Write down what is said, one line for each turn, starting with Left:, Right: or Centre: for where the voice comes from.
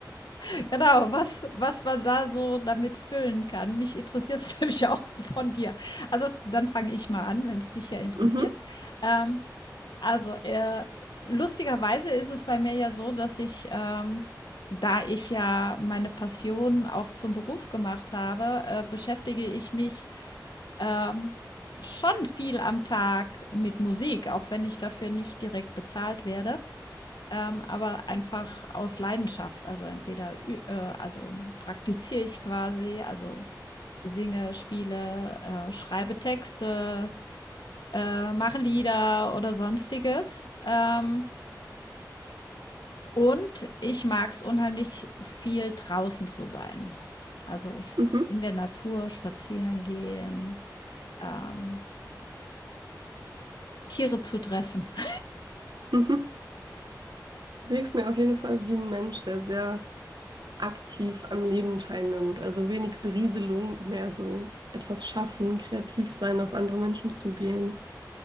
Left: <laughs> genau, was, was man da so damit füllen kann. Mich interessiert es <laughs> nämlich auch von dir. Also, dann fange ich mal an, wenn es dich ja interessiert.
Right: Mhm,
Left: Ähm, Also, äh, lustigerweise ist es bei mir ja so, dass ich, ähm, da ich ja meine Passion auch zum Beruf gemacht habe, äh, beschäftige ich mich ähm, schon viel am Tag mit Musik, auch wenn ich dafür nicht direkt bezahlt werde, ähm, aber einfach aus Leidenschaft. Also entweder, ü- äh, also praktiziere ich quasi, also singe, spiele, äh, schreibe Texte, äh, mache Lieder oder sonstiges. Ähm, und ich mag es unheimlich viel draußen zu sein. Also
Right: mhm,
Left: in der Natur spazieren gehen, ähm, Tiere zu treffen. <laughs>
Right: mhm. Du wirkst mir auf jeden Fall wie ein Mensch, der sehr aktiv am Leben teilnimmt. Also wenig Berieselung, mehr so etwas schaffen, kreativ sein, auf andere Menschen zugehen.